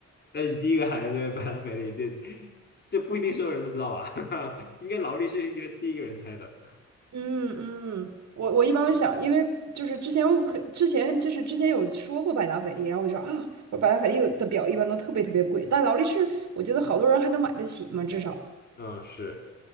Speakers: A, on the left; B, on the right.
A: 那你第一个喊的这个百达翡丽，这这不一定所有人都知道吧？<laughs> 应该劳力士应该第一个人猜的，
B: 嗯嗯，我我一般会想，
A: 嗯
B: 因为就是之前我可之前就是之前有说过百达翡丽，然后我就说啊，我百达翡丽有的表一般都特别特别贵，但劳力士我觉得好多人还能买得起嘛，至少，
A: 嗯是，